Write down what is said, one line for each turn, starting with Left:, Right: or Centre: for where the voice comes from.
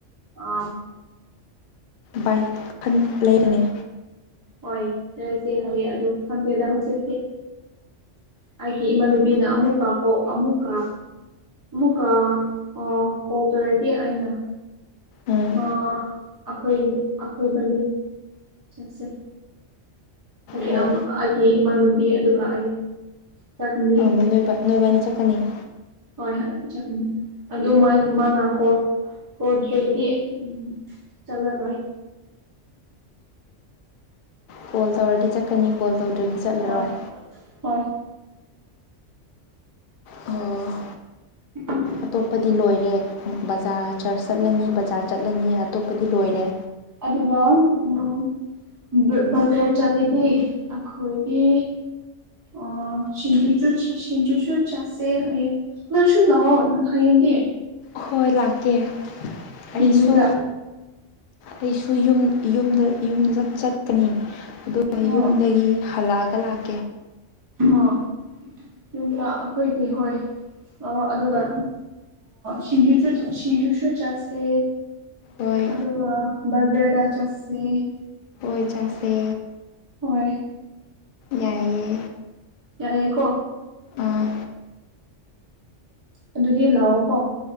Right: ꯑ
Left: ꯕꯥꯏ ꯂꯩꯔꯅꯤ
Right: ꯍꯣꯏ ꯔꯩꯂꯁꯦ ꯍꯌꯦ ꯑꯗꯨ ꯈꯪꯗꯦꯗ ꯍꯧꯖꯤꯛꯇꯤ ꯑꯩꯒꯤ ꯏꯃꯥꯟꯅꯕꯤꯅ ꯑꯃꯨꯛꯀꯥ ꯀꯣ ꯑꯃꯨꯛꯀ ꯑꯃꯨꯀ ꯑ ꯀꯣ ꯇꯔꯦꯗꯤ ꯑꯩꯅ
Left: ꯎꯝ
Right: ꯃ ꯑꯈꯣꯏ ꯑꯈꯣꯏ ꯃꯅꯤ ꯆꯁ ꯑꯩꯒꯤ
Left: ꯍꯣꯏ
Right: ꯑꯩꯒꯤ ꯏꯃꯥꯟꯅꯕꯤ ꯑꯗꯨꯒ ꯑꯩ ꯆꯥꯛꯅꯤ
Left: ꯅꯣꯏ ꯅꯣꯏꯕꯅꯤ ꯆꯠꯀꯅꯤ
Right: ꯍꯣꯏ ꯍꯣꯏ ꯑꯗꯨ ꯃꯥ ꯃꯥ ꯅꯥꯀꯣ ꯍꯣꯏꯗꯤ ꯎꯝ ꯆꯠꯂꯔꫭꯏ
Left: ꯀꯣꯜ ꯇꯧꯔꯗꯤ ꯆꯠꯀꯅꯤ ꯀꯣꯜ ꯇꯧꯗ꯭ꯔꯗꯤ ꯆꯠꯂꯔꯣꯏ
Right: ꯍꯣꯏ ꯍꯣꯏ
Left: ꯑꯣ
Right: <inaudible>
Left: ꯑꯇꯣꯞꯄꯗꯤ ꯂꯣꯏꯔꯦ ꯕꯖꯥꯔ ꯆꯔꯆ ꯆꯠꯂꯅꯤ ꯕꯖꯥꯔ ꯆꯠꯂꯅꯤ ꯑꯇꯣꯞꯄꯗꯤ ꯂꯣꯏꯔꯦ
Right: ꯑꯗꯨꯒ ꯎꯝ ꯕꯖꯔ ꯆꯠꯂꯤꯗꯤ ꯑꯩꯈꯣꯏꯒꯤ ꯑꯣ ꯁꯤꯆꯨ ꯆꯨꯔ ꯆ ꯁꯤꯆꯨꯁꯨꯨꯔ ꯆꯥꯁꯦ ꯍꯌꯦ ꯅꯁꯨ ꯂꯥꯛꯑꯣ ꯍꯌꯦ ꯒꯤ
Left: ꯍꫭꯏ ꯂꯥꯛꯀꯦ ꯑꯩꯁꯨ
Right: ꯌꯨꯝꯗ
Left: ꯑꯩꯁꯨ ꯌ ꯌꯨꯝꯗ ꯌꯨꯝꯗ ꯆꯄ ꯆꯠꯀꯅꯤ ꯑꯗꯨꯒ
Right: ꯑꯣ
Left: ꯌꯨꯝꯗꯒꯤ ꯍꯜꯛꯂꯒ ꯂꯥꯛ
Right: ꯑꯣ ꯌꯨꯝꯇ ꯑꯩꯈꯣꯏꯒꯤ ꯍꯣꯏ ꯑꯣ ꯑꯗꯨꯒ ꯁꯤꯡꯖꯨꯁꯨ ꯁꯤꯡꯖꯨꯁꯨ ꯆꯠꯁꯦ
Left: ꯍꯣꯏ
Right: ꯑꯗꯨ ꯕꯒꯔꯗ ꯆꯁꯦ
Left: ꯑꯣꯏ ꯆꯁꯦ
Right: ꯍꯣꯏ
Left: ꯌꯥꯏꯌꯦ
Right: ꯌꯥꯏ ꯍꯦꯀꯣ
Left: ꯑꯥ
Right: ꯑꯗꯨꯗꯤ ꯂꯥꯛꯑꯣ ꯀꯣ